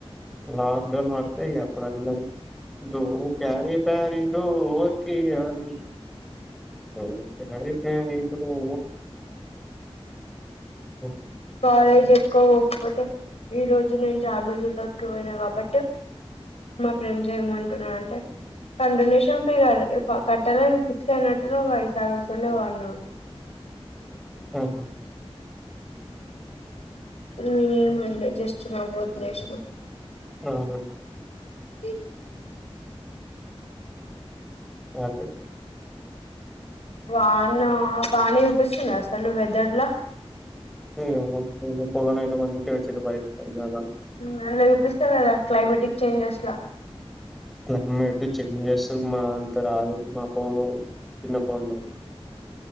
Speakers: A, in the centre; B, on the left.
A: లాక్జోడౌన్ వడ్తే ఇయా అప్పుడు అందరూ దు క్యారీ క్యారీలు కీ యాదితీ అఓ <unintelligible> ఇంకేమంటవు ఒ
B: కాలేజ్ ఎక్కవ హోప్స్ పెట్ తే ఈ రోజు నేను చాలా రోజులతోతికిపోయినా కాబట్టి మా ఫ్రెండ్స్ ఏం అంటున్నారంటే కాండొనేషన్ ఫీ క కట్టాలను ఫిక్స్ అయినట్టు ఈ సారి అసలే వాళ్ళు
A: ఉహు
B: నే ఏం అనలే జస్ట్ నవ్ ఓద్లేషినా
A: ఆహా
B: ది
A: యా టెక్
B: వానా వానే యుపిస్తుంది అసలు వెదర్ లా
A: ఉమ్ ఒస్తుంది ఫోన్ అయితే మంచిగా ఇచిండు బయ నాగా
B: ఉమ్ లేపిస్తాలేదా క్లైమేటిక్ చేంజెస్ లా
A: క్లెగ్మేటు చెక్ స్ మా అంత రాదు మా ఫోను చిన్న ఫోన్ రాదు